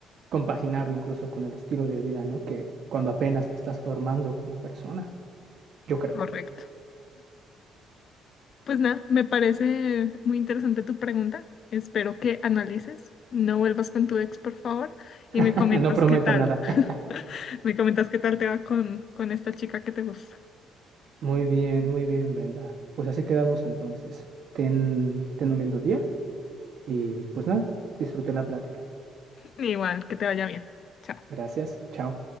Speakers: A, on the right; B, on the left.
A: compaginarlo incluso con el estilo de vida, ¿no? Que cuando apenas te estás formando como persona. Yo creo.
B: correcto. Pues nada, me parece muy interesante tu pregunta. Espero que analices. No vuelvas con tu ex, por favor, y me comentas
A: <laughs> No prometo
B: qué tal.
A: nada. <laughs>
B: <laughs> Me comentas qué tal te va con, con esta chica que te gusta.
A: Muy bien, muy bien, Brenda. Pues así quedamos entonces. Ten, ten un lindo día y pues nada, disfruté la plática.
B: Igual, que te vaya bien. Chao.
A: Gracias, chao.